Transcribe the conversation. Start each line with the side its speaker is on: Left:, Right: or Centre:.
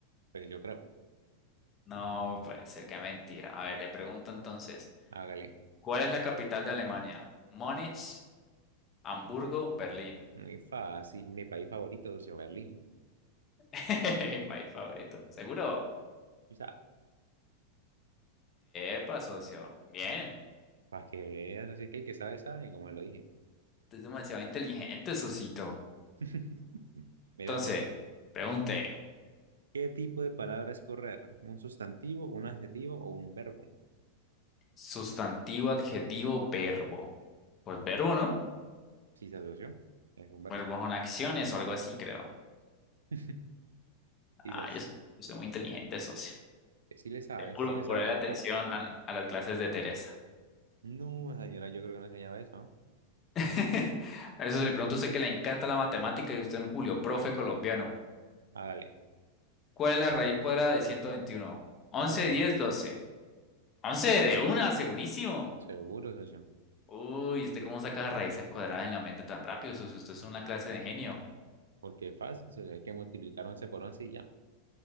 Right: Pues yo creo,
Left: No, puede ser que mentira. A ver, le pregunto entonces,
Right: hágale,
Left: ¿cuál es la capital de Alemania? Múnich, Hamburgo, Berlín.
Right: muy fácil, mi país favorito, socio, Berlín.
Left: <laughs> Mi país favorito. ¿Seguro?
Right: Quizá,
Left: Epa, socio. Bien.
Right: para que veas, así que el que sabe, sabe, como lo dije.
Left: Tú eres demasiado inteligente, socito.
Right: <laughs> Mira,
Left: Entonces,
Right: socio,
Left: pregunte.
Right: ¿qué tipo de palabra es correr? ¿Un sustantivo, un adjetivo o un verbo?
Left: Sustantivo, adjetivo, verbo. Pues verbo, ¿no?
Right: Sí, se asoció. Es un verbo.
Left: Verbo son acciones o algo así, creo.
Right: <laughs>
Left: Ah,
Right: Quizás
Left: yo soy, yo soy muy inteligente, socio.
Right: que sí le sabe,
Left: Te puro
Right: que sí le
Left: poner
Right: sabe al
Left: atención
Right: pop.
Left: a, la- a las clases de Teresa.
Right: No, señora, yo creo que no enseñaba eso. ¿no?
Left: <laughs> A eso se le pregunta a usted que le encanta la matemática y usted es un Julio, profe colombiano.
Right: Hágale.
Left: ¿Cuál es la raíz cuadrada de 121? 11,
Right: 11.
Left: 10, 12, 11 de una, segurísimo.
Right: Seguro, socio.
Left: Uy, ¿usted cómo saca las raíces cuadradas en la mente tan rápido? socio? Usted es una clase de genio.
Right: Porque es fácil, socio. Hay que multiplicar 11 por once y ya.